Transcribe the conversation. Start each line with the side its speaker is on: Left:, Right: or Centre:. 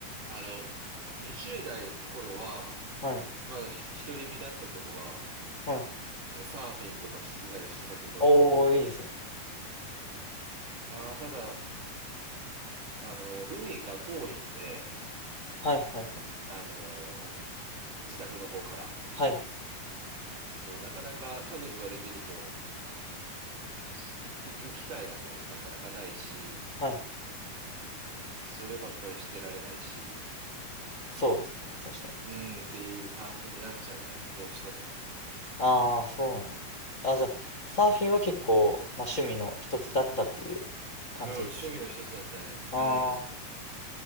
Right: あ、あの、20代の頃は、
Left: はい、
Right: まだひ独り身だった頃は、
Left: はい。
Right: なんかサーフィンとかしてたりしてたけど、
Left: おお、いいですね。
Right: まあ、ただ、あの、海が遠いんで、
Left: はい、はい、
Right: あの、自宅の方から。
Left: はい、はい
Right: そう、なかなか家族ができると、行行く機会がね、なかなかないし、
Left: はい。
Right: そればっかりしてられないし、
Left: そうですね。確かに。
Right: うん、っていう感じになっちゃうね。どうしても。
Left: ああ、そうなんですね。あ、じゃあ、サーフィンは結構、まあ、趣味の一つだったっていう感じ。
Right: うん、趣味の一つだったね。
Left: ああ、
Right: うん。